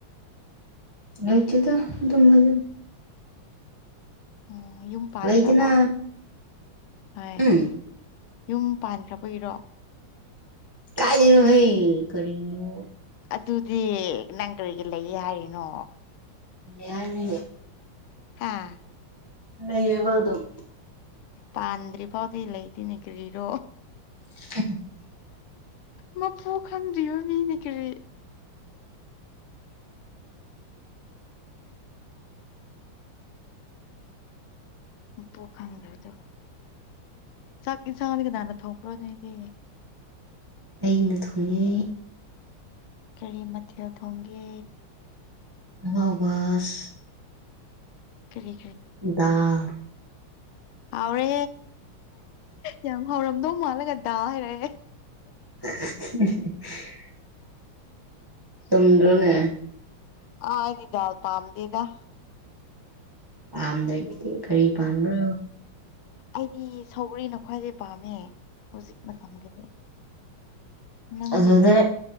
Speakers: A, on the right; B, on the left.
A: ꯂꯩꯇꯦꯗ ꯑꯗꯨꯝꯕꯗꯤ
B: ꯎꯝ ꯌꯨꯝ ꯄꯥꯟꯈ꯭ꯔꯕ
A: ꯂꯩꯗꯅ
B: ꯍꯣꯏ
A: ꯎꯝ
B: ꯌꯨꯝ ꯄꯥꯟꯈ꯭ꯔꯕꯒꯤꯔꯣ
A: ꯀꯥꯏꯗꯩꯅꯣꯍꯦ ꯀꯔꯤꯅꯣ
B: ꯑꯗꯨꯗꯤ ꯅꯪꯀ꯭ꯔꯤꯒꯤ ꯂꯩꯌꯦ ꯍꯥꯏꯔꯤꯅꯣ
A: ꯌꯥꯔꯦ
B: ꯍꯥꯥ
A: ꯂꯩꯌꯦꯕ ꯑꯗꯨꯝ
B: ꯄꯥꯟꯗ꯭ꯔꯤ ꯐꯥꯎꯗꯤ ꯂꯩꯗꯦꯅꯦ ꯀ꯭ꯔꯤꯔꯣ
A: <unintelligible>
B: ꯃꯄꯨ ꯈꯪꯗꯔꯤꯕꯅꯤ ꯀꯔꯤ ꯃꯄꯨ ꯈꯪꯗꯕꯗꯨ ꯆꯥꯛ ꯌꯦꯟꯁꯥꯡꯗꯤ ꯀꯅꯥꯅ ꯊꯣꯡꯕ꯭ꯔꯣ ꯅꯣꯏꯒꯤ
A: ꯑꯩꯅ ꯊꯣꯡꯉꯤ
B: ꯀꯔꯤ ꯃꯊꯦꯜ ꯊꯣꯡꯒꯦ
A: ꯑꯍꯥꯎꯕꯁ
B: ꯀꯔꯤ
A: ꯗꯥꯜ
B: ꯍꯥꯎꯔꯦ ꯌꯥꯝ ꯍꯥꯎꯔꯝꯗꯧ ꯃꯥꯜꯂꯒ ꯗꯥꯜ ꯍꯥꯏꯔꯛꯑꯦ
A: <unintelligible> <inaudible> ꯆꯨꯝꯗ꯭ꯔꯅꯦ
B: ꯑ ꯍꯥꯏꯗꯗꯎ ꯄꯝꯗꯗ
A: ꯄꯥꯝꯗꯣꯏꯗꯤ ꯀꯔꯤ ꯄꯥꯝꯕ꯭ꯔꯣ
B: ꯑꯩꯗꯤ ꯁꯧꯒ꯭ꯔꯤꯅ ꯈ꯭ꯋꯥꯏꯗꯒꯤꯩ ꯄꯥꯝꯃꯦ ꯍꯧꯖꯤꯛ ꯃꯇꯝꯒꯤꯗꯤ ꯅꯪꯗꯤ
A: ꯑꯗꯨ ꯑꯗꯨꯦ